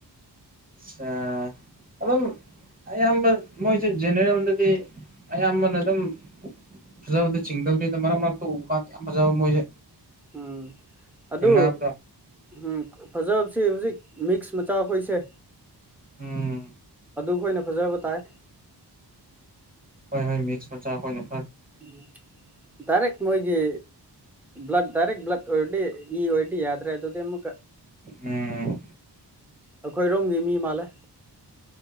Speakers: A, on the right (about 20°); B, in the centre.
A: ꯁꯥ ꯑꯗꯨꯝ ꯑꯌꯥꯝꯕ ꯃꯣꯏꯁꯦ ꯖꯦꯅꯦꯔꯦꯜ ꯑꯗꯨꯗꯤ ꯑꯌꯥꯝꯕꯅ ꯑꯗꯨꯝ ꯐꯖꯕꯗꯤ ꯆꯤꯡꯗꯕꯅꯤꯗ ꯃꯔꯛ ꯃꯔꯛꯇ ꯎꯕ ꯀꯥꯟꯗ ꯌꯥꯝ ꯐꯖꯕ ꯃꯣꯏꯁꯦ
B: ꯎꯝ ꯑꯗꯨ
A: ꯊꯦꯡꯅꯕꯗꯣ
B: ꯎꯝ ꯐꯖꯕꯁꯤ ꯍꯧꯖꯤꯛ ꯃꯤꯛꯁ ꯃꯆꯥ ꯑꯩꯈꯣꯏꯁꯦ
A: ꯎꯝ
B: ꯑꯗꯨ ꯑꯩꯈꯣꯏꯅ ꯐꯖꯕ ꯇꯥꯏ
A: ꯍꯣꯏ ꯍꯣꯏ ꯃꯤꯛꯁ ꯃꯆꯥ ꯈꯣꯏꯅ
B: ꯎꯝ ꯗꯥꯏꯔꯦꯛ ꯃꯣꯏꯒꯤ ꯕ꯭ꯂꯗ ꯗꯥꯏꯔꯦꯛꯠ ꯕ꯭ꯂꯗ ꯑꯣꯏꯔꯗꯤ ꯏ ꯑꯣꯏꯔꯗꯤ ꯌꯥꯗ꯭ꯔꯦ ꯑꯗꯨꯗꯤ ꯑꯃꯨꯛ
A: ꯎꯝ
B: ꯑꯈꯣꯏꯔꯣꯝꯒꯤ ꯃꯤ ꯃꯥꯜꯂꯦ